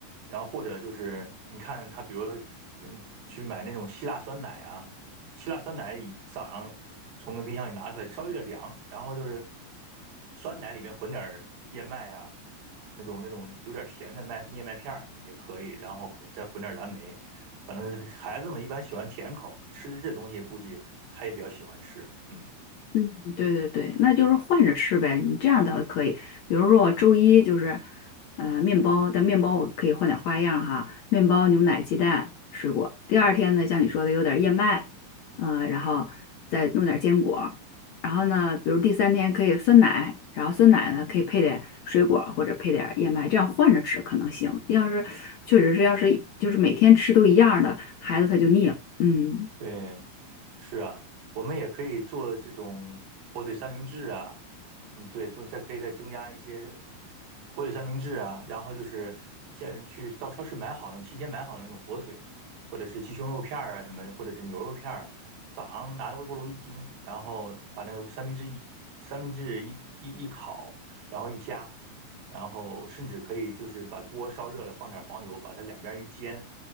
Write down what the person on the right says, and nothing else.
然后或者就是你看他，比如嗯，去买那种希腊酸奶啊，希腊酸奶早上从那冰箱里拿出来，稍微有点凉，然后就是酸奶里面混点燕麦啊，那种那种有点甜的麦燕麦片儿也可以，然后混再混点蓝莓，反正孩子们一般喜欢甜口吃这东西估计他也比较喜欢吃，嗯。
对，是啊，我们也可以做这种火腿三明治啊，嗯，对，就再可以再增加一些火腿三明治啊，然后就是先去到超市买好那种，提前买好那种火腿，或者是鸡胸肉片儿啊什么，或者是牛肉片儿，早上拿着微波炉一叮，然后把那个三明治一三明治一一一烤，然后一夹，然后甚至可以就是把锅烧热了，放点黄油，把它两边一煎。